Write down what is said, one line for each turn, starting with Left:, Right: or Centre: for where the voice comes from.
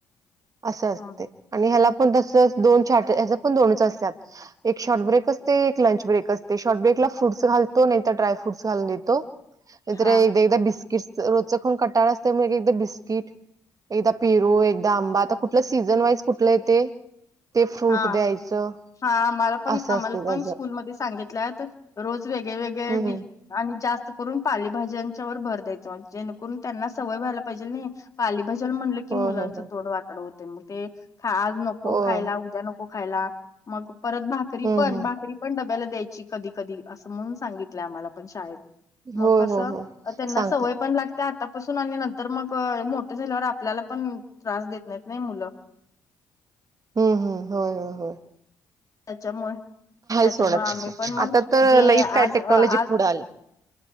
Right: असं असते.
Left: हा
Right: आणि ह्याला पण तसच दोन चाट हेज्या पण दोनच असत्यात. एक शॉर्ट ब्रेक असते एक लंच ब्रेक असते शॉर्ट ब्रेक ला फ्रुटस घालतो नाहीतर ड्रायफ्रूट घालून देतो नाहीतर
Left: हा
Right: एकदा एकदा बिस्किटस रोजचा खाऊन कटाळा असतमुळे एक एकदा बिस्किट एकदा पीरू, एकदा आंबा आता कुठलं सीझन वाईज कुठलं येते ते फ्रूट
Left: हा
Right: द्यायचं.
Left: हा मला पण
Right: असं
Left: आम्हाला
Right: असते त्याचं.
Left: पण स्कूलमध्ये सांगितल्यात रोज वेगळे वेगळे
Right: हं.
Left: डी आणि जास्त करून पालेभाज्यांच्या व भर द्यायचंज जेणेकरून त्यांना सवय व्हायला पाहिजे नाही. पालीभजा म्हणलं की
Right: होय,
Left: मुलांचं
Right: होय, होय.
Left: तोड वाकड होते मग ते खा आज नको
Right: होय.
Left: खायला उ नको खायला, मग परत भाकरी
Right: हं,
Left: पण,
Right: हं.
Left: भाकरी पण डब्याला द्यायची. कधी कधी, असं म्हणून सांगितलंय आम्हाला पण शाळेत. मग
Right: होय,
Left: कस,
Right: हो, हो.
Left: त्यांना
Right: सांगतात.
Left: सवय पण लागत्या आता पासून, आणि नंतर मग मोठं झाल्यावर आपल्याला पण त्रास देत नाहीत नाही मुलं.
Right: हम्म हम्म! होय होय, हो.
Left: त्याच्यामुळे, त्याच्यामुळे
Right: सोडा तसं.
Left: आम्ही पण मग
Right: आता तर
Left: जे
Right: लईच
Left: आज
Right: काय टेक्नॉलॉजी
Left: आज
Right: पुढं आली.